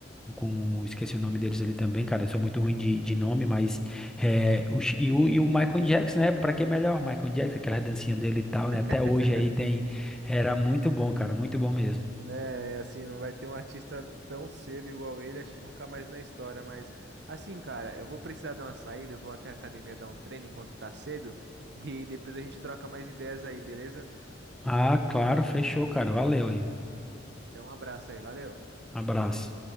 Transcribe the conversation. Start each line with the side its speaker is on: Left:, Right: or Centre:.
Centre: com, esqueci o nome deles ali também, cara, eu sou muito ruim de, de nome, mas, é, o, Chi- e, o, e o Michael Jackson, né, pra que melhor? Michael Jackson, aquelas dancinhas dele e tal,
Right: <laughs>
Centre: né, até hoje aí tem, era muito bom, cara, muito bom mesmo.
Right: É, assim, não vai ter um artista tão cedo igual ele, acho que nunca mais na história, mas assim, cara, eu vou precisar dar uma saída, eu vou até a academia dar um treino enquanto tá cedo <laughs> e depois a gente troca mais ideias aí, beleza?
Centre: Ah, claro, fechou, cara, valeu aí, um
Right: Então, um abraço aí, valeu.
Centre: abraço.